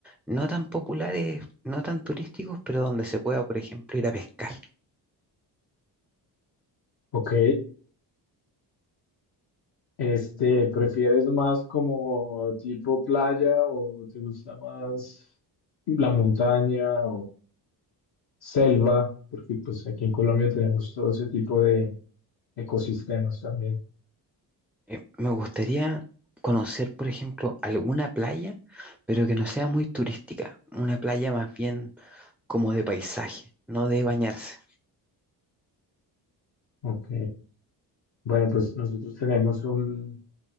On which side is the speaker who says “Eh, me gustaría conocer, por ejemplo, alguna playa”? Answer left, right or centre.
Centre